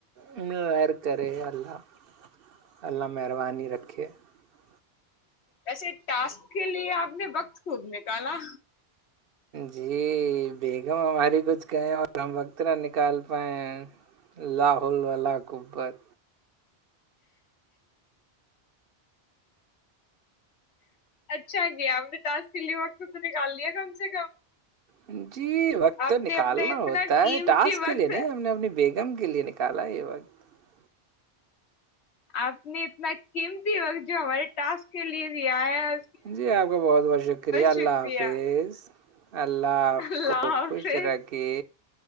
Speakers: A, on the right; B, on the left.
A: <unintelligible> غیر کرے اللہہ اللہہ مہربانی رکھے <unintelligible>
B: وسے ٹاسک کے لیے آپ نے وقت خب نکالا
A: جی بیگم ہماری کچھ کہیں اور ہم وقت نہ نکال پائے لاہول واللا قبت
B: اچھا گیا امرتاس دلی وقت تو تو نکال دیا کم سے کم
A: ہوں <inaudible> جی وقت
B: آپ
A: تو نکالنا
B: نے اپنا اتنا
A: ہوتا
B: قیمتی
A: ہے ٹاسک کے
B: وقت
A: لیے نہیں ہم نے اپنی بیگ گم گ لیلی نکالا ہے یہ ب <unintelligible>
B: آپ نے اتنا قیمتی وقت جو ہمارے ٹاسک کے لیے بھی آیا <unintelligible>
A: جی آپ کا بہت بہت شکریہ اللہ
B: شکریہ
A: حافظ اللہ آپ
B: اللہ
A: کو
B: حافظ
A: خوش رکھے